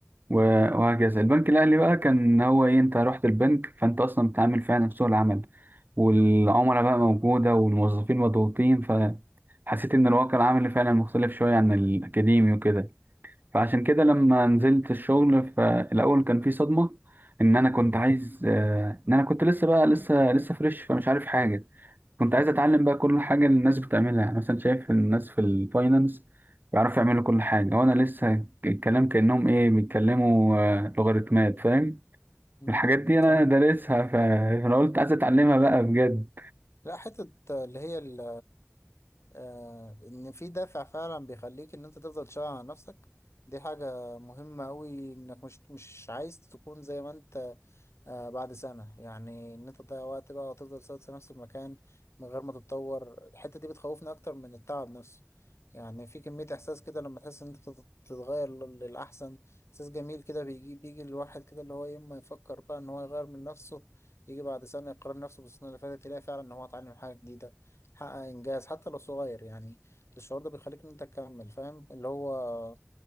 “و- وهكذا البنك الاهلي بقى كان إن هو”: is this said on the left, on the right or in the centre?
Right